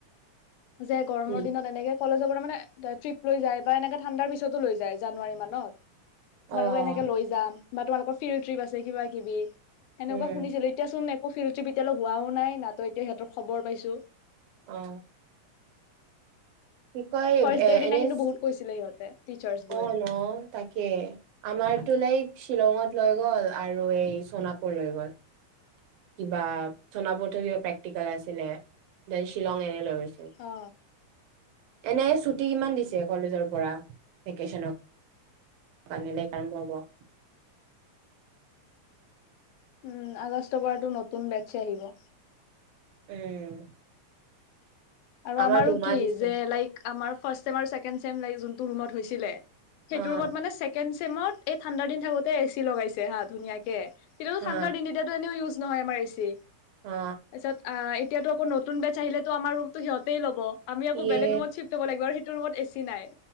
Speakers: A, on the left; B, on the right.
A: যে, গৰমৰ
B: কি
A: দিনত এনেকে কলেজৰ পৰা মানে, ট্ৰিপ লৈ যায় বা এনেকে ঠাণ্ডাৰ পিছতো লৈ যায় জানুৱাৰী মানত।
B: অ',
A: তোমালোকক এনেকে লৈ যাম বা তোমালোকৰ ফিৰি ট্ৰিপ আছে কিবা কিবি হেনকা
B: উম,
A: শুনিছিলো এত এতিয়া চোন একো ফিৰি ট্টিপ এতিয়ালৈ হোৱাও নাই নাতো এতিয়া সিহতৰ খবৰ পাইছোঁ।
B: অ কি কয়
A: ফাৰ্ষ্ট
B: এ
A: ডেৰ দিনা
B: এনে
A: কিন্তু
B: চি
A: বহুত কৈছিলে সিহঁতে টিচাৰ্চ বোৰে
B: অ' ন তাকে। আমাৰতো লাইক শ্বিলঙত লৈ গ'ল আৰু চোনাপুৰ লৈ গ'ল। কিবা চোনাপুৰ থিৰে প্ৰেক্টিকেল আছিলে, গৈ শ্বিলং এনেই নামিছো।
A: অ।
B: এনে ছুটি কিমান দিছে কলেজৰ পৰা ভেকেশ্যনত। জানিলে কাৰেণ্ট লাগে।
A: উম, আগষ্টৰ পৰা এইটো নতুন বেচ্ছে আহিব।
B: উম।
A: আৰু
B: আমাৰ
A: আমাৰো
B: দুমাহ
A: কি
B: দিছে
A: যে লাইক। আমাৰ ফাষ্ট চেম আৰু ছেকেণ্ড চেম লাইট জোনটো ৰুমত হৈছিলে,
B: অ',
A: সেইটো ৰুমত মানে চেক। টেনচেনত এই ঠাণ্ডা দিনটো এতিয়া এচি লগাইছে হা ধুনীয়াকে। কেতিয়াবা
B: হা
A: ঠাণ্ডাৰ দিনত। এতিয়াতো ইউজ নহয়, আমাৰ এচি।
B: অ।
A: পিছত আ, এতিয়াতো নতুন বেচ আহিলে আমাৰ ৰুমটো সিহতেই ল'ব। আমি আকৌ
B: ইয়ে
A: বেলেগ ৰুমত চিট পাব লাগিব। তোৰ ৰুমত এচি নাই।